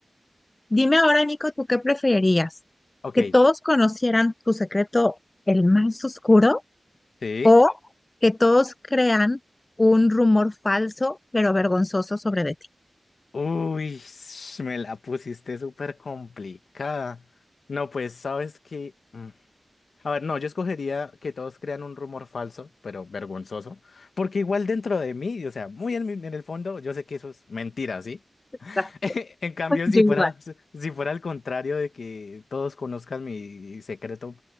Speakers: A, on the left (about 30°); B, on the left (about 80°).
A: Dime ahora, Nico, ¿tú qué preferirías?
B: Ok,
A: ¿Que todos conocieran tu secreto, el más oscuro,
B: ¿sí?
A: o que todos crean un rumor falso pero vergonzoso sobre de ti?
B: Uy, sh- me la pusiste súper complicada. No, pues sabes que. A ver, no, yo escogería que todos crean un rumor falso, pero vergonzoso, porque igual dentro de mí, o sea, muy en, mi- en el fondo, yo sé que eso es mentira, ¿sí? <laughs>
A: <laughs>
B: En cambio, si
A: Yo
B: fuera,
A: igual.
B: si si fuera al contrario de que todos conozcan mi secreto